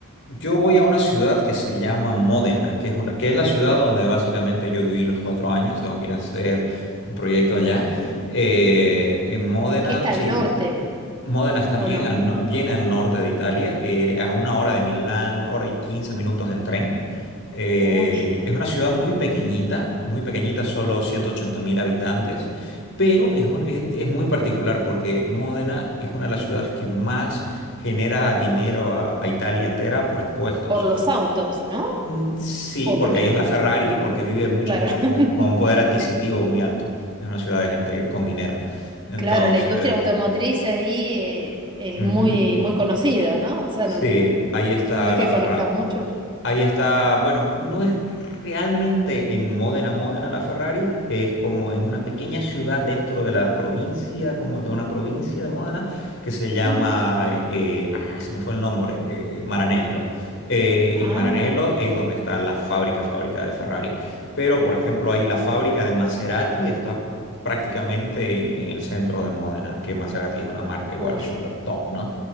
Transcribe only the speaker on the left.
yo voy a una ciudad que se llama Módena, que es una, que es la ciudad donde básicamente yo viví los cuatro años, tengo que ir a hacer un proyecto allá.
Eh, en Módena,
sí.
Módena está
bien
al, no- bien al norte de Italia, eh, a una hora de Milán, hora y 15 minutos en tren. Eh,
es una ciudad muy pequeñita, muy pequeñita, solo ciento ochenta mil habitantes, pero es, un- es- es muy particular porque Módena es una de las ciudades que más genera dinero a, a Italia entera por impuestos.
Mm, Sí,
porque
ahí es la Ferrari y porque vive mucha
gente con,
con un poder adquisitivo muy alto. Es una ciudad de gente con dinero. Entonces...
ujú.
Sí,
ahí está
la
Ferrari.
Ahí está, bueno, no es realmente en Módena, Módena la Ferrari, es como en una pequeña ciudad dentro de la provincia, como de una provincia de Módena, que se llama,
eh, ay, se me fue el nombre, eh, Maranello. Eh,
en Maranello es donde está la fábrica, fábrica de Ferrari. Pero, por ejemplo, ahí la fábrica de Maserati está prácticamente en, en el centro de Módena, que Maserati es una marca igual
súper top, ¿no?